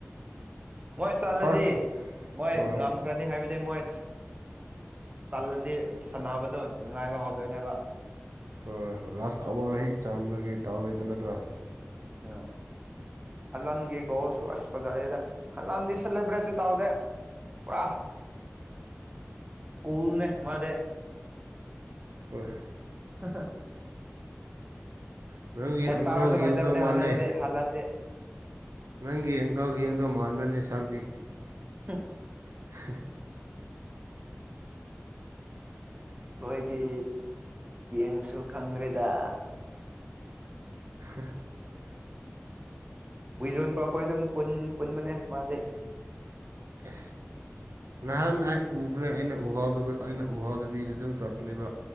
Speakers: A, on the right (about 30°); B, on the right (about 85°).
A: ꯃꯣꯏ ꯆꯠꯂꯗꯤ
B: ꯐꯥꯔꯁ
A: ꯃꯣꯏ
B: ꯍꯣꯏ
A: ꯉꯝ ꯈ꯭ꯔꯅꯤ ꯍꯥꯏꯕꯗꯤ ꯃꯣꯏ ꯆꯜꯂꯗꯤ ꯁꯥꯟꯅꯕꯗꯨꯣ ꯅꯨꯡꯉꯥꯏꯕ ꯍꯧꯗꯣꯏꯅꯦꯕ
B: ꯍꯣꯏꯣꯏ ꯂꯥꯁ ꯑꯋꯥꯔ ꯍꯦꯛ ꯆꯥꯟꯕꯒꯤ ꯗꯥꯎ
A: ꯎꯝ
B: ꯂꯩꯇ ꯅꯠꯇ꯭ꯔꯥ
A: ꯑ ꯍꯜꯂꯟꯒꯤ ꯒꯣꯁꯨ ꯑꯁꯄꯖꯗ ꯍꯜꯂꯟꯗꯤ ꯁꯦꯂꯦꯕ꯭ꯔꯦꯠꯁꯨ ꯇꯧꯗꯦ ꯄꯨꯔꯥ ꯀꯜꯅꯦ ꯃꯥꯗ
B: ꯍꯣꯏ
A: <unintelligible>
B: ꯅꯪꯒꯤ
A: ꯍꯦꯠ
B: ꯑꯪꯀꯜꯒꯤ
A: ꯇꯋꯥꯔꯁꯨꯂꯥꯏꯗꯕꯅꯦ
B: ꯌꯦꯡꯗꯧ ꯃꯥꯜꯂꯦ
A: ꯍꯜꯂꯥꯟꯗꯤ ꯍꯂꯥꯟꯗꯤ
B: ꯅꯪꯒꯤ ꯑꯪꯀꯜꯒ ꯌꯦꯡꯗꯧ ꯃꯥꯟꯕꯅꯦ ꯁꯥꯛꯇ
A: ꯎꯝ
B: ꯍꯨ
A: ꯑꯩꯈꯣꯏꯒꯤ ꯌꯦꯡꯁꯨ ꯈꯪꯗ꯭ꯔꯦꯗ
B: <unintelligible>
A: ꯍꯨꯏꯖꯣꯟꯕ ꯑꯩꯈꯣꯏ ꯑꯗꯨꯝ ꯄꯨꯟꯕꯅꯦ ꯃꯥꯗꯤ
B: ꯑ ꯅꯍꯥꯟ ꯎꯕꯅꯦ ꯑꯩꯅ ꯎꯍꯥꯎꯗꯨ ꯑꯩꯅ ꯎꯍꯥꯎꯗꯕꯤꯗ ꯑꯗꯨꯝ ꯆꯠꯄꯅꯦꯕ